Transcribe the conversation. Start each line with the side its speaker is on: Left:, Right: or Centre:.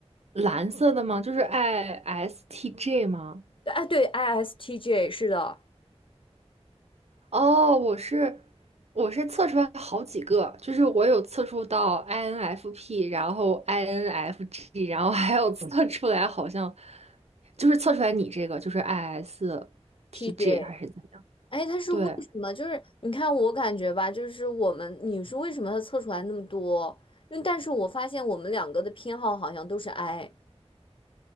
Right: 蓝色的吗？就是 ISTJ 吗？
Left: 哎，对，ISTJ 是的
Right: 哦，我是我是测出来好几个，就是我有测出到 INFP，然后 INFG，然后还有测出来好像就是测出来你这个就是 ISTJ
Left: ，TJ。
Right: 还是怎么样？
Left: 哎，他是为什么？
Right: 对。
Left: 就是你看，我感觉吧，就是我们你是为什么他测出来那么多？因为但是我发现我们两个的偏好好像都是 I。